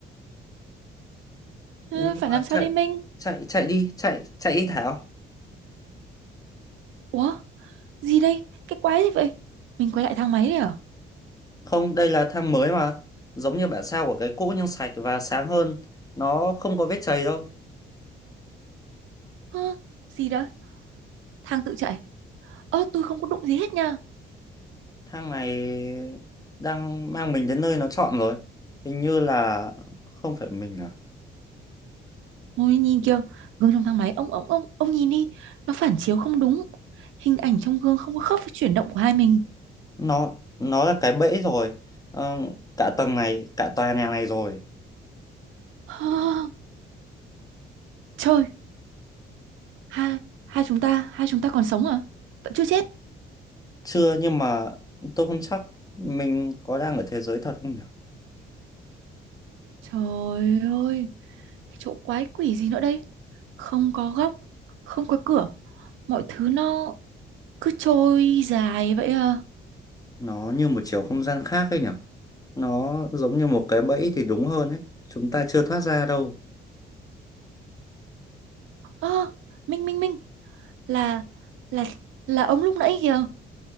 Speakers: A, on the right; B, on the left.
A: Ờ,
B: nhưng
A: phải làm
B: mà
A: sao
B: chạy
A: đây Minh?
B: chạy chạy đi chạy chạy đi Thảo
A: Ủa, gì đây? Cái quái gì vậy? Mình quay lại thang máy đấy à?
B: Không, đây là thang mới mà. Giống như bản sao của cái cũ nhưng sạch và sáng hơn. Nó không có vết chày đâu.
A: Hả? gì đó? Thang tự chạy. Ơ, tôi không có đụng gì hết nha.
B: Thang này đang mang mình đến nơi nó chọn rồi. Hình như là không phải mình à.
A: Ôi nhìn kìa, gương trong thang máy, ông ông ông ông nhìn đi, nó phản chiếu không đúng. Hình ảnh trong gương không có khớp với chuyển động của hai mình.
B: Nó nó là cái bẫy rồi. Ờ, cả tầng này, cả tòa nhà này rồi.
A: Hơ, trời, hai hai chúng ta, hai chúng ta còn sống à? Vẫn chưa chết.
B: Chưa nhưng mà tôi không chắc mình có đang ở thế giới thật không nhỉ?
A: Trời ơi, cái chỗ quái quỷ gì nữa đây? Không có góc, không có cửa, mọi thứ nó cứ trôi dài vậy à.
B: Nó như một chiều không gian khác ấy nhỉ? Nó giống như một cái bẫy thì đúng hơn ấy. Chúng ta chưa thoát ra đâu.
A: Ơ, Minh Minh Minh, là là là ông lúc nãy kìa.